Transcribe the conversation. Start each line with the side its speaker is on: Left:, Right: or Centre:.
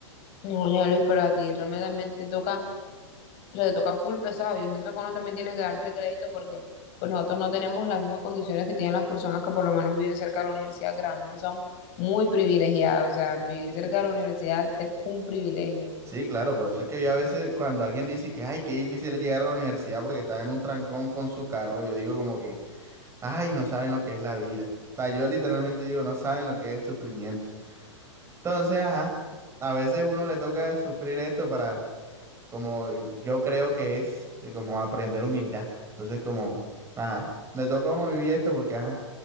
Left: Oye, Luis, para ti realmente también te toca, o sea, te toca full pesado. Yo siento que uno también tiene que darse crédito porque pues nosotros no tenemos las mismas condiciones que tienen las personas que por lo menos viven cerca de la universidad, que realmente son muy privilegiados. O sea, vivir cerca de la universidad es un privilegio.
Right: Sí, claro, por eso es que yo a veces cuando alguien dice que, ay, qué difícil es llegar a la universidad porque está en un trancón con su carro, yo digo como que, ay, no saben lo que es la vida. O sea, yo literalmente digo, no saben lo que es el sufrimiento. Entonces, ajá, a veces uno le toca sufrir esto para, como yo creo que es, eh, como aprender humildad. Entonces, como, ajá, le toca a uno vivir esto porque, ajá,